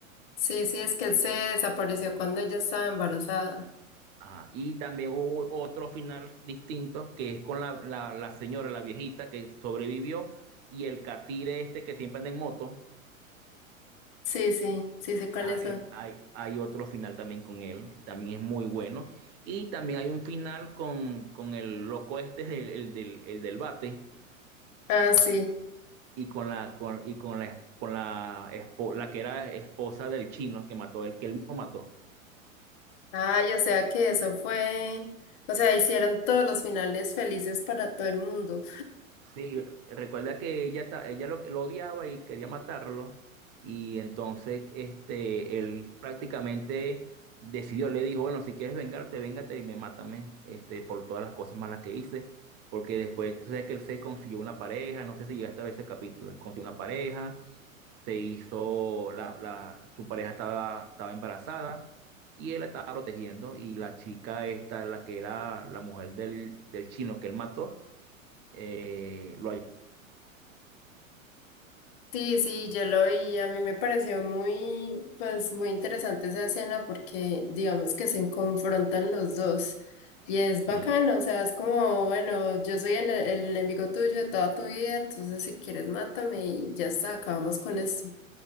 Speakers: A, on the left; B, on the right.
A: Sí, sí, es que él se desapareció cuando ella estaba embarazada.
B: Ajá. Y también hubo otro final distinto que es con la, la, la señora, la viejita que sobrevivió y el catire este que siempre anda en moto.
A: Sí, sí, sí sé cuáles
B: Ah, eh,
A: son.
B: Sí. hay, hay otro final también con él, que también es muy bueno. Y también hay un final con, con el loco este, del- el, del, el del bate,
A: Ah, sí.
B: y con la, con, y con la, con la, espo- la que era esposa del chino que mató, el que él mismo mató.
A: Ay, o sea que eso fue, o sea, hicieron todos los finales felices para todo el mundo.
B: Sí, recuerda que ella, ta- ella lo, lo odiaba y quería matarlo. Y entonces este, él prácticamente decidió, le dijo, bueno, si quieres vengarte, véngate y me mátame este, por todas las cosas malas que hice. Porque después, tú sabes que él se consiguió una pareja, no sé si llegaste a ver ese capítulo, él consiguió una pareja, se hizo, la, la, su pareja estaba, estaba embarazada y él la estaba protegiendo y la chica esta, la que era la mujer del, del chino que él mató, eh, lo
A: Sí, sí, yo lo vi, a mí me pareció muy, pues muy interesante esa escena porque digamos que se confrontan los dos y es bacano,
B: Sí,
A: o sea, es como, bueno, yo soy el, el enemigo tuyo de toda tu vida, entonces si quieres mátame y ya está, acabamos con esto.